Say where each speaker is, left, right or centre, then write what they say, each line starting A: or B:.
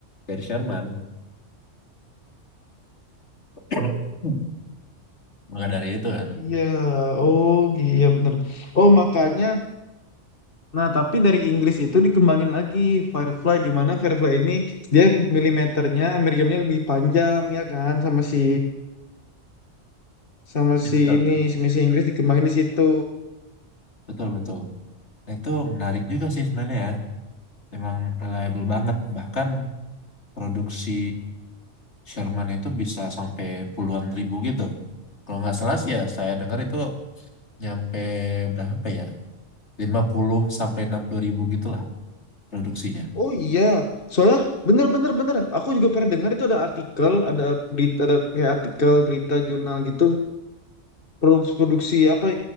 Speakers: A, on the left; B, on the left.
A: Dari Sherman. <coughs> <clears throat> Maka dari itu kan.
B: iya oh iya benar Oh makanya Nah, tapi dari Inggris itu dikembangin lagi Firefly di mana Firefly ini dia milimeternya, meriamnya lebih panjang ya kan sama si sama
A: Iya,
B: si
A: betul,
B: ini
A: betul.
B: si misi Inggris dikembangin di situ.
A: Betul, betul. Nah, itu menarik juga sih sebenarnya ya. Memang reliable banget. Bahkan produksi Sherman itu bisa sampai puluhan ribu gitu. Kalau nggak salah sih ya, saya dengar itu nyampe berapa ya? 50 sampai 60 ribu gitulah produksinya.
B: Oh iya, soalnya bener bener bener. Aku juga pernah dengar itu ada artikel, ada berita, ada kayak artikel berita jurnal gitu produksi, produksi apa